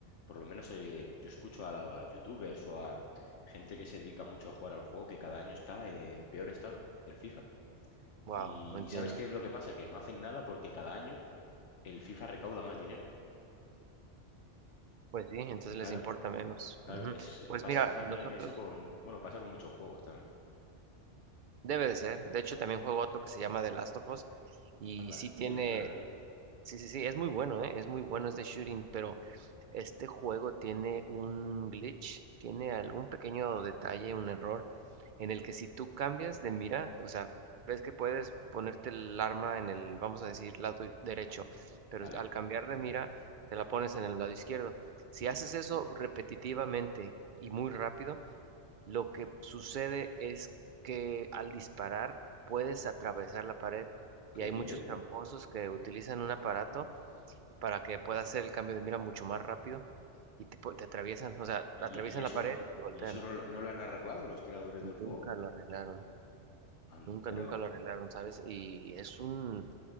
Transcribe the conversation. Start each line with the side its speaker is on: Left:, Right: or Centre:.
Left: Por lo menos eh, yo escucho a, la- a youtubers o a gente que se dedica mucho a jugar al juego que cada año está en peor estado, el FIFA.
Right: Wow,
Left: Y,
Right: no entiendo.
Left: y ¿sabes qué es lo que pasa? Que no hacen nada porque cada año el FIFA recauda más dinero.
Right: Pues sí, entonces les
Left: Claro,
Right: importa menos.
Left: claro,
Right: Ujú.
Left: es,
Right: Pues
Left: pasa
Right: mira,
Left: también
Right: nosotros
Left: eso con, bueno, pasa con muchos juegos también.
Right: Debe de ser. De hecho, también
Left: Mm,
Right: juego otro que se llama The Last of Us. Y
Left: Anda,
Right: sí tiene.
Left: ese me suena sí.
Right: Sí, sí, sí. Es muy bueno, ¿eh? Es muy bueno, es de shooting. Pero este juego tiene un glitch. Tiene algún pequeño detalle, un error. En el que si tú cambias de mira, o sea, ves que puedes ponerte el arma en el, vamos a decir, lado derecho. Pero
Left: ¿Vale?
Right: al cambiar de mira, te la pones en el lado izquierdo. Si
Left: Mm,
Right: haces eso repetitivamente y muy rápido lo que sucede es que al disparar puedes atravesar la pared
Left: ¿Qué
Right: y hay
Left: dices?
Right: muchos tramposos que utilizan un aparato para que puedas hacer el cambio de mira mucho más rápido y te, pu- te atraviesan, o sea,
Left: ¿Y,
Right: atraviesan
Left: y eso,
Right: la pared y te golpean.
Left: y eso no, lo- no lo han arreglado los creadores del juego?
Right: Nunca lo arreglaron,
Left: An-
Right: nunca,
Left: Pero
Right: nunca lo arreglaron, ¿sabes? Y es un,